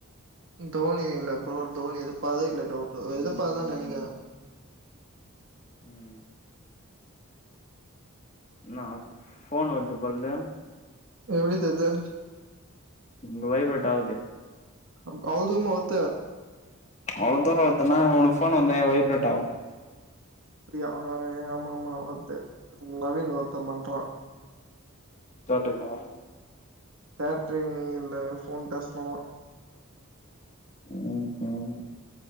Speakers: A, on the right; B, on the left.
A: தோனி இல்ல ப்ரோ தோனி எத பார இல்ல டவுட் எத பார்த்ததா நினைக்குர
B: ம் ஆ ஃபோன் வருது பாருங்க
A: எப்டி தெர்து
B: இங்க வைப்ரட் ஆவுதே
A: <unintelligible>
B: அவ்ள் தூர வந்தனா <unintelligible> ஃபோன் வந்த வைப்ரட்ட ஆவும்
A: அப்டியா ஆ ஆமமா வத்து நவீன் ஒருத்த பண்றா
B: <unintelligible>
A: கேட்ரிங்ல்ல ஃபோன் கஸ்ட்மர்
B: ம் ம்